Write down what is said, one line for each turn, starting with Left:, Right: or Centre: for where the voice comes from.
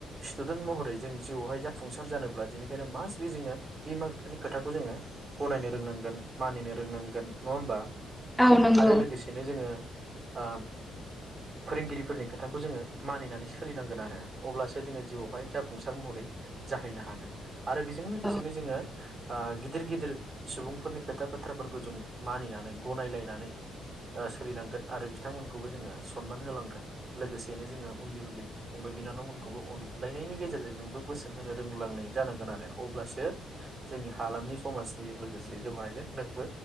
Right: स्टुडेन्ट महरै जों जिउआवहाय जाफुंसार जानोब्ला बिनिखायनो मासट बे जोङो बिमा बिफानि खोथाखौ जोङो गनायनो रोंनांगोन मानिनो रोंनांगोन नङा होमबा
Centre: औ नंगौ
Right: आरो लोगोसेनो जोङो ओ फोरोंगिरिफोरनि खो खोथाखौ जोङो मानिनानै सोलिनांगोन आरो अब्लासो जोङो जिउआवहाय जाफुंसार महरै जाहैनो हागोन। आरो बेजों लोगोसेनो
Centre: औ
Right: जोङो ओ गिदिर गिदिर सुबुंफोरनि खोथा बाथ्राफोरखौ जों मानिनानै गनायलायनानै ओ सोलिलांगोन आरो बिथांमोनखौबो जोङो सनमान होलांगोन लोगोसेनो जोङो उन्दै उन्दै फंबाय बिनानावमोनखौबो अनलायनायनि गेजेरजों नोंबो बोसोन होनो रोंलांनाय जानांगोन आरो अब्लासो जोंनि हालामनि समाजनिजों लोगोसे जौगानायजों नोंबो